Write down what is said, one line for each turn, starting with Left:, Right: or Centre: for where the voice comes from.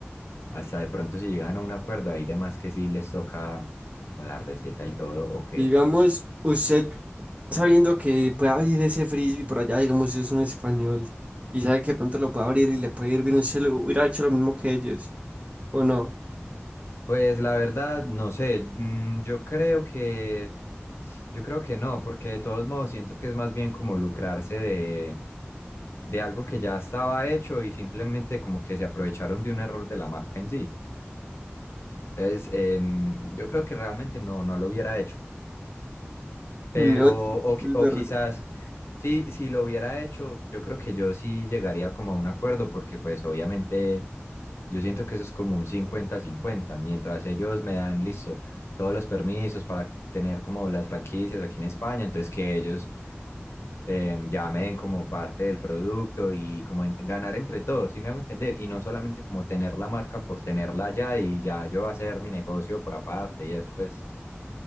Left: Hasta de pronto si llegan a un acuerdo, hay demás que sí les toca con la receta y todo, o qué.
Right: Digamos, usted sabiendo que puede abrir ese frisbee por allá, digamos, si es un español y sabe que pronto lo puede abrir y le puede ir bien, usted lo hubiera hecho lo mismo que ellos, ¿o no?
Left: Pues la verdad, no sé, mm, yo creo que, yo creo que no, porque de todos modos siento que es más bien como lucrarse de, de algo que ya estaba hecho y simplemente como que se aprovecharon de un error de la marca en sí. Entonces, em, yo creo que realmente no, no lo hubiera hecho. Pero,
Right: No, sí,
Left: o, qui-
Right: es
Left: o
Right: verdad.
Left: quizás, sí, si lo hubiera hecho, yo creo que yo sí llegaría como a un acuerdo, porque pues obviamente yo siento que eso es como un cincuenta-cincuenta mientras ellos me dan, listo, todos los permisos para tener como las franquicias aquí en España, entonces que ellos em, ya me den como parte del producto y como en- ganar entre todos, ¿sí me hago entender? Y no solamente como tener la marca por tenerla ya y ya yo hacer mi negocio por aparte y eso pues.